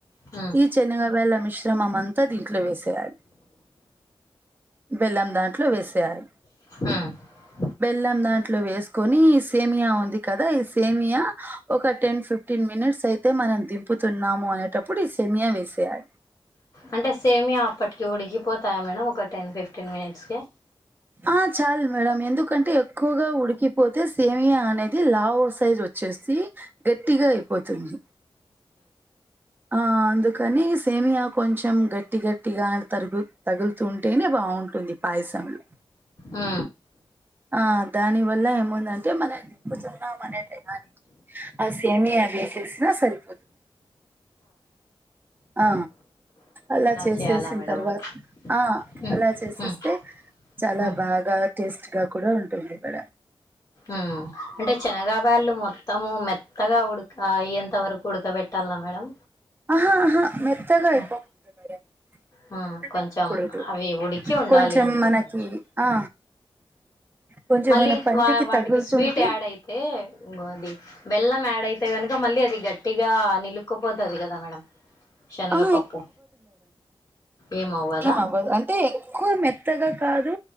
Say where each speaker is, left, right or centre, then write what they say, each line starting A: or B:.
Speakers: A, on the left; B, on the right.
A: హ్మ్
B: ఈ శనగ వేళ్ళ మిశ్రమమంతా దీంట్లో వేసేయలి, బెల్లం దాంట్లో వేసేయాలి
A: హు
B: బెల్లం దాంట్లో వేసుకొని సేమియా ఉంది కదా ఈ సేమియా ఒక టెన్ ఫిఫ్టీన్ ఫిఫ్టీన్ మినిట్స్ అయితే మనం దింపుతున్నాము, అనేటప్పుడు ఈ సెమయా వేసేయాలి
A: అంటే సేమియా అప్పటికి ఉడికిపోతాయా మేడం ఒక టెన్ ఫిఫ్టీన్ మినిట్స్కి
B: ఆ చాలు మేడం ఎందుకంటే ఎక్కువగా ఉడికిపోతే సేమియా అనేది లావ సైజ్ వచ్చేసి, గట్టిగా అయిపోతుంది ఆ అందుకని సేమియా కొంచెం గట్టి గట్టిగా తరుగు తగులుతుంటేనే బా బావుంటుంది పాయసంలో
A: ఆ
B: ఆ దాని వల్ల ఏముందంటే మనం దిప్పుతున్నాం అనే టయానికి అ సేమియా చేసేసినా సరిపోదు ఆ అలా చేసేసిన
A: చేయాలా మేడం
B: తర్వాత
A: అది
B: ఆ
A: హ్మ్.
B: అలా చేసేస్తే
A: హ్మ్.
B: చాలా
A: హ్మ్.
B: బాగా టేస్ట్ గా కూడా ఉంటుంది ఇక్కడ
A: ఉమ్ అంటే శనగా బ్యాళ్లు మొత్తం మెత్ త్తగా ఉడక ఎంత వరకు ఉడకబెట్టాలా మేడం
B: ఆహా ఆహా మెత్తగాయిపోకూడదు
A: హ్మ్.
B: మేడం
A: హ్మ్.
B: మెత్తగా
A: కొంచెం
B: అవ్వకూడదు
A: అవి ఉడికి ఉండాలి
B: కొంచెం
A: అంతే
B: మనకి
A: కొంచెం
B: ఆ కొంచెం
A: మళ్ళీ
B: మన పంటికి
A: వా వాటికి
B: తగులుతుంటే
A: స్వీట్ యాడ్ అయితే ఇంగోది అది బెల్లం యాడ్ అయి తే గనుక మళ్ళీ అది గట్టిగా నిలు అతుక్కపోతుంది కదా మేడం శనగపప్పు
B: ఆ
A: ఏం అవ్వదా
B: ఏమవ్వదు అంటే ఎక్కువ మెత్తగా కాదు